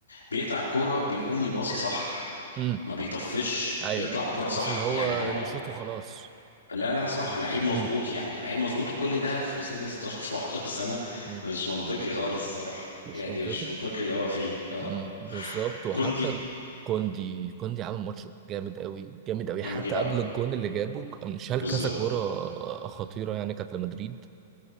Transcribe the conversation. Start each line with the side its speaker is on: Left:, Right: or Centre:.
Left: بيقطع الكوره بيقوم يباصي صح
Right: م.
Left: ما بيطفش
Right: ايوه
Left: بيطلع
Right: ايوه
Left: بكرة صح
Right: مش اللي هو
Left: يعني هو
Right: نشوط وخلاص
Left: لا لا صح
Right: م-
Left: لعيب مظبوط
Right: م-
Left: يعني لعيب مظبوط وكل ده في سن 16 17 سنة
Right: م.
Left: مش منطقي خالص الصراحة
Right: مش
Left: يعني
Right: منطقي
Left: مش منطقي اللي هو فيه اه
Right: مم، بالظبط وحتى
Left: كوندي
Right: ال- كوندي كوندي عامل ماتش جامد قوي جامد قوي
Left: كوندي
Right: حتى قبل
Left: اه
Right: الجون اللي جابه كان شال
Left: بالظبط
Right: كذا كوره خطيره يعني كانت لمدريد